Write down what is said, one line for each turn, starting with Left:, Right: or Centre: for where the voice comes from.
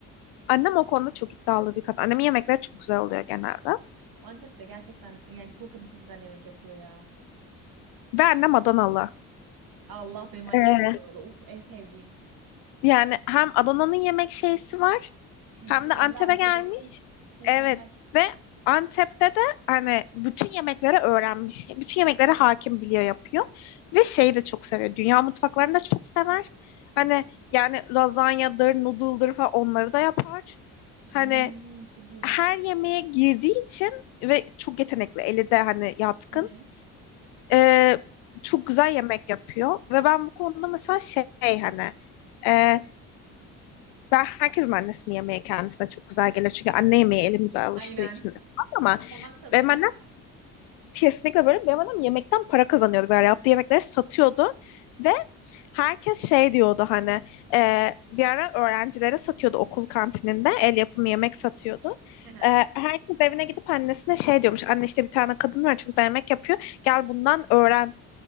Left: annem o konuda çok iddialı bir kadın. Annemin yemekleri çok güzel oluyor genelde.
Right: Bu Antep'te gerçekten yani çoğu kadın çok güzel yemek yapıyor ya.
Left: Ve annem Adanalı.
Right: Allah benim annem
Left: Ee,
Right: de danalı. Uf en sevdiğim.
Left: Yani hem Adana'nın yemek şeysi var
Right: Kültürü
Left: hem de
Right: hem
Left: Antep'e
Right: de Antep'in.
Left: gelmiş.
Right: Uf mükemmel.
Left: Evet ve Antep'te de hani bütün yemekleri öğrenmiş. Bütün yemeklere hakim biliyor yapıyor. Ve şeyi de çok seviyor. Dünya mutfaklarını da çok sever. Hani yani lazanyadır, noodle'dır falan onları da yapar. Hani
Right: Ay çok iyi.
Left: her yemeğe girdiği için ve çok yetenekli eli de hani yatkın.
Right: Hı hı.
Left: Ee, çok güzel yemek yapıyor. Ve ben bu konuda mesela şey hani... E, ben herkesin annesinin yemeği kendisine çok güzel gelir. Çünkü anne yemeği elimize alıştığı
Right: Aynen.
Left: için. falan Ama
Right: Damak tadı
Left: benim
Right: tamamen.
Left: annem kesinlikle böyle. Benim annem yemekten para kazanıyordu. Böyle yaptığı yemekleri satıyordu. Ve herkes şey diyordu hani e, bir ara öğrencilere satıyordu okul kantininde el yapımı yemek satıyordu.
Right: Hı hı.
Left: E, herkes evine gidip annesine şey diyormuş. Anne işte bir tane kadın var çok güzel yemek yapıyor. Gel bundan öğren.